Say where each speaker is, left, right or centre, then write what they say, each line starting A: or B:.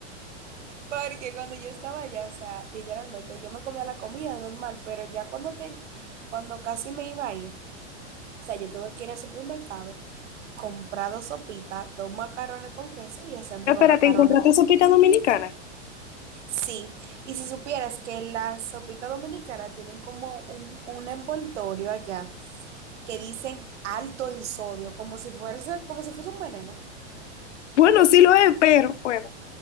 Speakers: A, on the right; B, on the left.
A: Porque cuando yo estaba allá, o sea, literalmente yo me comía la comida normal, pero ya cuando te, cuando casi me iba a ir, o sea, yo tuve que ir al supermercado comprado sopita, dos macarrones con queso y hacemos
B: Espérate,
A: unos macarrones
B: ¿encontraste
A: con
B: sopita
A: queso.
B: dominicana?
A: Sí, y si supieras que las sopitas dominicanas tienen como un, un envoltorio allá que dicen alto en sodio, como si fuese, como si fuese un veneno.
B: Bueno, sí lo es, pero bueno,